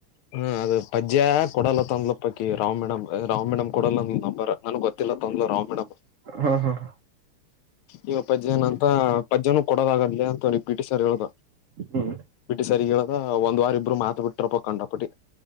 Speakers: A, on the left; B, on the right.
A: ಹ್ಮ ಅದು ಪಜ್ಜೆ ಕೊಡಲ್ಲ ಅತಂದ್ಲೂ. ಪಾಕಿ ರಾಮ್ ಮೇಡಮ್ ರಾಮ್ ಮೇಡಮ್ ಕೊಡಲ್ಲ ಅಂದ್ರೂ ನೀನ್ ನಂಬರ ನನಗೆ ಗೊತ್ತಿಲ್ಲ ತಂದ್ಳೂ ರಾಮ್ ಮೇಡಮ್.
B: ಹ್ಮ್ ಹ್ಮ್
A: ಇವಾಗ ಪಜ್ಜೆನ ಅಂತ ಪಜ್ಜನೂ ಕೊಡೋದಾಗದಲ್ಲೇ ಅಂತ ಹೇಳ್ ಪಿಟಿ ಸರ್ ಹೇಳದ
B: ಹ್ಮ್
A: ಪಿಟಿ ಸರ್ ಗೆ ಹೇಳದ ಒಂದ್ ವಾರ ಇಬ್ಬರ್ ಮಾತು ಬಿಟ್ರ ಪಕೊಂಡಪ್ಪಟ್ಟಿ